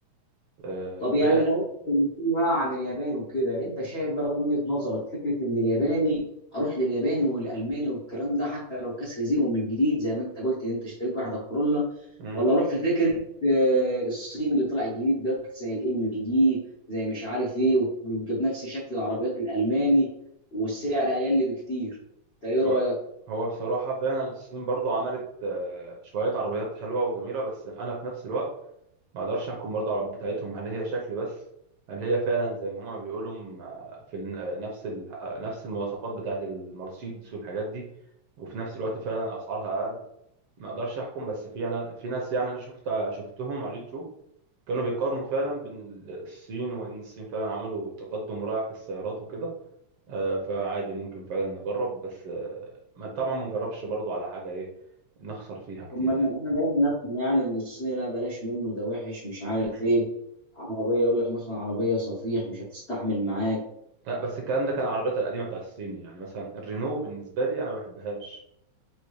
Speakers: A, on the right; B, on the left.
A: آه
B: طب
A: وهي
B: يعني لو انت اتكلمت لي بقى عن الياباني وكده انت شايف بقى من وجهه نظرك فكره ان الياباني اروح للياباني والالماني والكلام ده حتى لو كسر زيرو من جديد زي ما انت قلت ان انت اشتريت واحده كورولا
A: مم.
B: ولا اروح في فكره آه، الصين اللي طلع جديد ده زي الام جي زي مش عارف ايه ويبقى بنفس شكل العربيات الالماني والسعر اقل بكتير انت ايه رايك؟
A: هو... هو بصراحه فعلا الصين برضو عملت آه شويه عربيات حلوه وجميله بس انا في نفس الوقت ما اقدرش احكم برضه على العربيات بتاعتهم هل هي شكل بس هل هي فعلا زي ما هما بيقولوا م- في ال- نفس ال... نفس المواصفات بتاعت المرسيدس والحاجات دي وفي نفس الوقت فعلا اسعارها اقل ما اقدرش احكم بس فعلا في ناس يعني انا شفت شفتهم على اليوتيوب كانوا بيقارنوا فعلا بين ال- الصين وان الصين فعلا عملوا تقدم رائع في السيارات وكده آه، فعادي ممكن فعلا نجرب بس آه، ما طبعا ما نجربش برضه على حاجة ايه نخسر فيها كتير
B: طب ما انا
A: يعني
B: أنا دايما اسمع يعني ان الصيني لا بلاش منه ده وحش مش عارف
A: <clears throat>
B: ايه عربيه يقول لك مثلا عربيه صفيح مش هتستحمل معاك
A: لا بس الكلام ده كان العربيات القديمه بتاع الصيني يعني مثلا الرينو بالنسبه لي انا ما بحبهاش